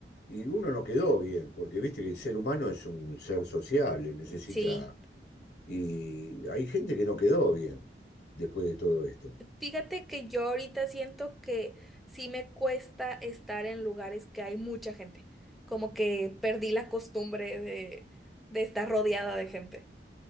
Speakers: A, on the left; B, in the centre.
A: y uno no quedó bien, porque viste que el ser humano es un ser sociable, necesita,
B: sí.
A: y hay gente que no quedó bien después de todo esto.
B: Fíjate que yo ahorita siento que sí me cuesta estar en lugares que hay mucha gente, como que perdí la costumbre de, de estar rodeada de gente.